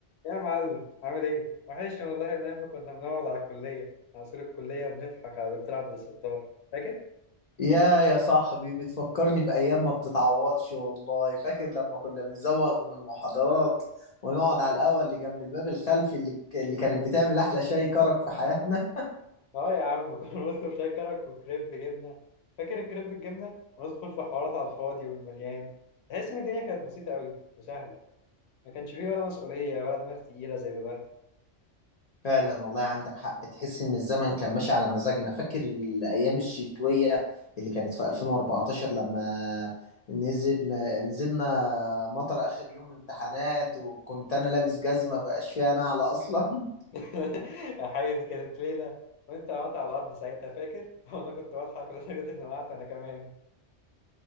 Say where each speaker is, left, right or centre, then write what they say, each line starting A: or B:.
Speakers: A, on the left; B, on the left.
A: يا معلم عامل ايه؟ وحشني والله من ايام ما كنا بنقعد على الكلية على سور الكلية وبنضحك على دكتور عبد الستار فاكر؟
B: يا يا صاحبي بتفكرني بأيام ما بتتعوضش والله فاكر لما كنا بنزوغ من المحاضرات ونقعد على القهوة اللي جنب الباب الخلفي اللي اللي كانت بتعمل أحلى شاي كرك في حياتنا
A: اه يا عم <laughs> كنا بنطلب شاي كرك وكريب جبنة فاكر الكريب بالجبنة؟ وندخل في حوارات على الفاضي والمليان تحس ان الدنيا كانت بسيطة قوي وسهلة ما كانش فيه ولا مسؤولية ولا دماغ تقيلة زي دلوقتي
B: فعلا والله عندك حق تحس إن الزمن كان ماشي على مزاجنا فاكر الأيام الشتوية اللي كانت في 2014 لما نزل ن- نزلنا مطر آخر يوم امتحانات وكنت أنا لابس جزمة بقاش فيها نعلة أصلا <laughs>
A: <laughs> يا حقيقة دي كانت ليلة وانت وقعت على الأرض ساعتها فاكر؟ <laughs> وانا كنت بضحك لدرجة اني وقعت انا كمان